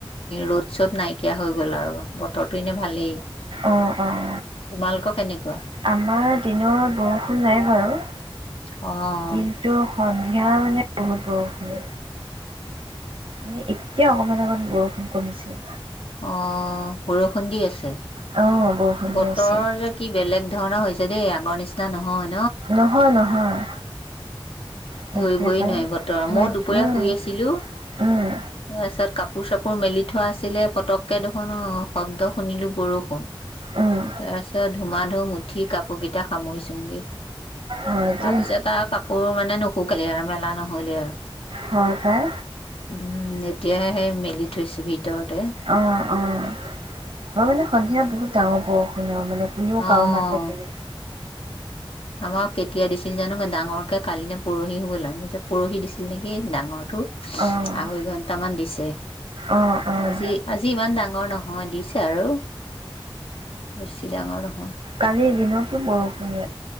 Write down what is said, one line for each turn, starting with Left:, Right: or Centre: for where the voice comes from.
Left: ৰ'দ চ'দ নাইকিয়া হৈ গল আৰু বতৰো এনে ভালেই তোমালোকৰ
Right: অঁ অঁ।
Left: কেনেকুৱা?
Right: আমাৰ দিনৰ বৰষুণ নাই বাৰু
Left: অ',
Right: কিন্তু স। সয়া মানে বহুত বৰষুণ? মানে এতিয়া অকমান আগত বৰষুণ কমিছিল?
Left: অ্ বৰষুণ দি আছে?
Right: অ', বৰষুণ দি
Left: বতৰ
Right: আছে।
Left: যে কি বেলেগ? ধৰণৰ হৈছে দেই আগৰ নিচিনা নহয়?
Right: নহয় নহয় তাকে
Left: ধৰিবই
Right: পাই
Left: নোৱাৰি বতৰ
Right: ধুই
Left: মই দুপৰীয়া
Right: উম,
Left: শুই আছিলো
Right: উম,
Left: তাৰপিছত? কাপোৰ চাপোৰ মেলি থোৱা আছিলে? পতককে দেখোন শব্দ শুনিলো বৰষুণ
Right: উম,
Left: তাৰপিছত ধুমা ধুম মুঠি কাপোৰ কেইটা সামৰি চুইংগে।
Right: হয় দেই
Left: তাৰপিছত অঁ কাপৰ। মানে নুশুকালে আৰু মেলা নহলে আৰু
Right: হয় পাই
Left: উম এতিয়ে সেই মেলি থৈছো ভিতৰতে।
Right: অ', অ'। মই মানে সন্ধিয়া বহুত ডাঙৰ বৰষুণ মানে। কোনেও
Left: অ'।
Right: কাৰো মাত নুশুনে?
Left: আমাক কেতিয়া দিছিল জানো ডাঙৰকে কালি নে পৰহি হব লাগে পৰহি দিছিল নেকি ডাঙৰটো
Right: অ',
Left: আঢ়ৈ ঘন্টামান দিছে
Right: অ', অ',
Left: আজি আজি ইমান ডাঙৰ নহয় দিছে আৰু বেছি ডাঙৰ নহয়?
Right: কালিৰ দিনতো বৰষুণ।